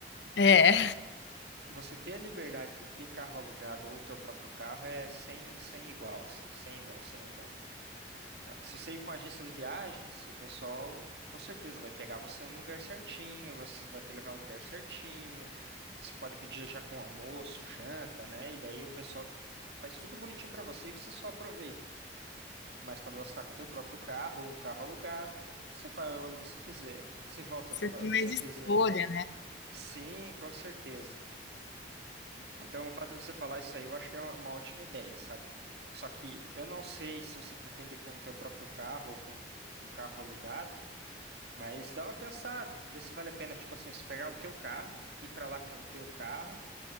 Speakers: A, on the left (about 75°); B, on the right (about 65°).
A: É,
B: Você ter a liberdade de ter carro alugado ou o teu próprio carro é sem, sem igual, assim, sem igual, sem igual. Ah, Se você ir com a agência de viagens, o pessoal com certeza vai pegar você no lugar certinho, você vai te levar no lugar certinho. Você pode pedir já com almoço, janta, né? E daí o pessoal faz tudo bonitinho pra você e você só aproveita. Mas quando você tá com o teu próprio carro ou um carro alugado, você vai onde você quiser, você volta
A: você
B: quando
A: tem
B: a hora você
A: mais
B: quiser.
A: escolha,
B: Sim, com certeza. Então, o fato de você falar isso aí, eu acho que é uma uma ótima ideia, sabe? Só que eu não sei se você pretende ir com o teu próprio carro ou com um carro alugado. Mas dá uma pensada, vê se vale a pena, tipo assim, você pegar o teu carro, ir pra lá com o teu carro,